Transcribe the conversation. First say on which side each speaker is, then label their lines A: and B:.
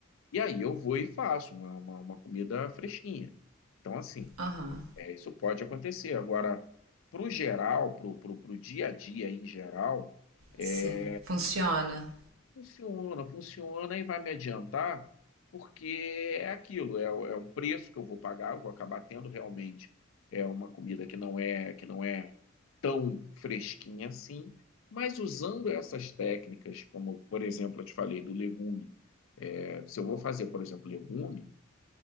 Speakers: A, on the left (about 70°); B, on the right (about 90°).
A: e aí eu vou e faço uma, uma uma comida fresquinha. Então, assim.
B: Aham, uhum,
A: Isso pode acontecer. Agora, para o geral, para o dia a dia em geral, é,
B: sim, funciona.
A: funciona, funciona e vai me adiantar, porque é aquilo, é, é um preço que eu vou pagar, eu vou acabar tendo realmente é uma comida que não é que não é tão fresquinha assim, mas usando essas técnicas, como por exemplo, eu te falei do legume, é, se eu vou fazer, por exemplo, legume